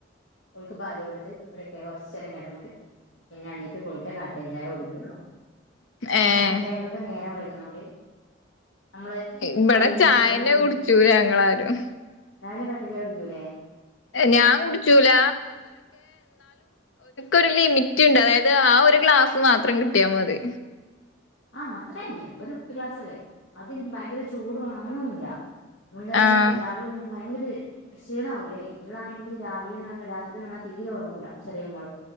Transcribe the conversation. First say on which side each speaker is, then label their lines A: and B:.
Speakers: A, on the left (about 80°); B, on the left (about 65°).
A: ഉൾക്ക് പാല് കൊടുത്ത് ഇവിടെക്കെയ കുറച്ച് ചേരം കിടന്നിട്ട് പിന്നെ എണീറ്റ് പോയിട്ട് കാട്ടഞ്ചായ കുടിക്കുള്ളൂ അപ്പൊ
B: ഏഹ്
A: കട്ടൻ ചായക്കൊക്കെ നേരം വൈകുന്നോണ്ട് നമ്മള്
B: ഇവിടെ
A: ടൈമൊക്കെ
B: ചായന്നെ
A: ഇട്ടോണ്ട്
B: കുടിക്കുല്ല ഞങ്ങളാരും
A: രാവിലെ കട്ടച്ചയാകുടിക്കൂലെ
B: ഞാൻ കുടിച്ചൂല ഒരു ലിമിറ്റ് ഉണ്ട് അതായത് ആ ഒരു ഗ്ലാസ് മാത്രം കിട്ടിയാൽ മതി
A: ആഹ അത്ര തന്നെ ഒരുകുപ്പിക്ലാസ്സിലെ അതെനിക്ക് ഭയങ്കര ചൂട് വേണം അങ്ങനെയൊന്നുമല്ല എന്താ പറ
B: ആഹ്
A: രാവിലെ നമ്മക്ക് - ഭയങ്കര ക്ഷീണവൂല്ലേ ഇവളാണെങ്കിൽ രാവിലെ എന്ന് പറഞ്ഞൽ രാത്രി എന്ന് പറഞ്ഞാൽ തീരെ ഉറങ്ങൂല ചേറിയ മോള്